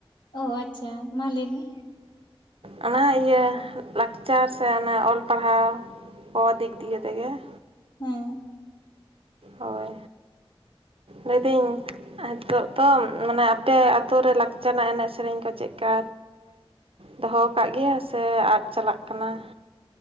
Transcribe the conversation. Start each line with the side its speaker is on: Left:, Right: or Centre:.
Left: ᱚ ᱟᱪᱪᱷᱟ ᱢᱟ ᱞᱟᱹᱭ ᱢᱮ
Right: ᱚᱱᱟ ᱤᱭᱟᱹ ᱞᱟᱠᱪᱟᱨ ᱥᱮ ᱚᱱᱟ ᱚᱞ ᱯᱟᱲᱦᱟᱣ ᱠᱚ ᱫᱤᱠ ᱫᱤᱭᱮ ᱛᱮᱜᱮ ᱾
Left: ᱦᱩᱸ
Right: ᱦᱳᱭ ᱞᱟᱹᱭ ᱫᱟᱹᱧ ᱱᱤᱛᱚᱜ ᱫᱚ ᱢᱟᱱᱮ ᱟᱯᱮ ᱟᱹᱛᱳ ᱨᱮ ᱞᱟᱠᱪᱟᱨ ᱨᱮᱱᱟᱜ ᱮᱱᱮᱡ ᱥᱮᱨᱮᱧ ᱠᱚ ᱪᱮᱫᱞᱮᱠᱟ ᱫᱚᱦᱚ ᱟᱠᱟᱫ ᱜᱮᱭᱟ ᱥᱮ ᱟᱫ ᱪᱟᱞᱟᱜ ᱠᱟᱱᱟ ᱾